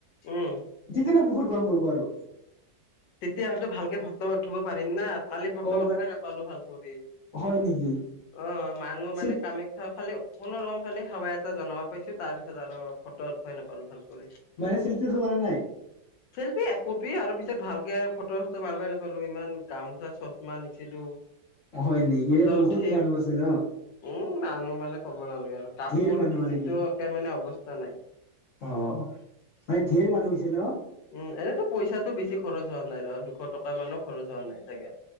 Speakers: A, on the left (about 75°); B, on the left (about 60°).
A: উম।
B: এনে বহুত গৰম পৰিব আৰু।
A: তেতিয়া হয়তো ভালকে ফটো উঠিব পাৰিম না? কালি ফটো
B: অ
A: উঠবাই
B: ম
A: নাপালোঁ ভাল কৰি।
B: হয় নেকি
A: অ' মানুহ
B: চিল্প
A: মানে কামাখ্যা খালি কোনো ৰকম খালি সেৱা এটা জনাব পাইছোঁ। তাৰ পিছত আৰু ফটো উঠবাই নাপালোঁ ভাল কৰি।
B: মানে ছেল্ফি উঠিব পাৰা নাই?
A: শিল্পী এক কোপি আৰু পিছত ভাল। ফটো চটো মাৰিবই নাপালো। ইমান গামোচা চচমা নিছিলো।
B: হয় নেকি
A: ফটো
B: বহুত
A: উঠিম।
B: মানুহ আছে ন
A: উম মানুহ মানে ক'ব নালাগে আৰু কাপোৰ
B: ধেৰ মানুহ
A: ভিজি
B: আৰু কি
A: একে মানে অৱস্থা নাই।
B: অ মানে ধেৰ মানুহ হৈছে ন
A: উম এনেতো পইচাটো বেছি। খৰচ হোৱা নাই ৰ দুশ টকা মানো খৰচ হোৱা নাই চাগে।